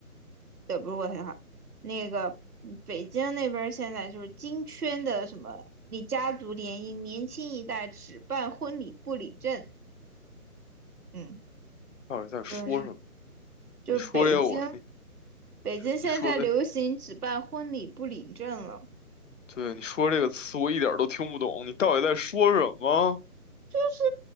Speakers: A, on the right; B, on the left.
A: 呃，不是渥太华，那个北京那边儿现在就是金圈的什么，你家族联姻，年轻一代只办婚礼不领证，嗯，
B: 到底在说什么？
A: 就是就是北京
B: 你说这个我，你
A: 北京现在流行只办婚礼不领证了。
B: 你说的，对，你说这个词我一点儿都听不懂，你到底在说什么？
A: 就是